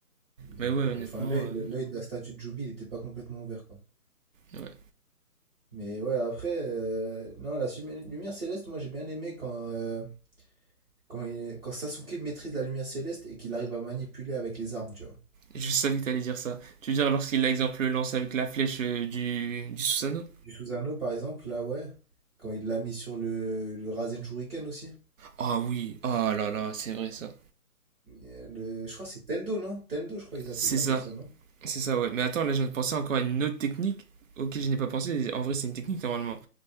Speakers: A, on the right; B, on the right.
A: Donc,
B: Mais ouais,
A: euh,
B: honnêtement.
A: enfin, l'œil,
B: euh,
A: l'œil de la statue de Jubi, il n'était pas complètement ouvert, quoi.
B: ouais.
A: Mais ouais, après, euh, non, la sumi- lumière céleste, moi j'ai bien aimé quand, euh, Quand, il- quand Sasuke maîtrise la lumière céleste et qu'il arrive à manipuler avec les armes, tu vois.
B: Je savais que t'allais dire ça. Tu veux dire lorsqu'il, par exemple, lance avec la flèche euh, du, du Susanoo
A: Du Susanoo, par exemple, là, ouais. Quand il l'a mis sur le, le Rasen Shuriken aussi.
B: Ah oui, ah là là, c'est vrai ça.
A: Euh, le- je crois que c'est Tendo, non? Tendo, je crois qu'ils appellent,
B: C'est
A: ils l'appellent
B: ça,
A: ça, non?
B: c'est ça, ouais. Mais attends, là, je viens de penser encore à une autre technique auquel je n'ai pas pensé. En vrai, c'est une technique normalement.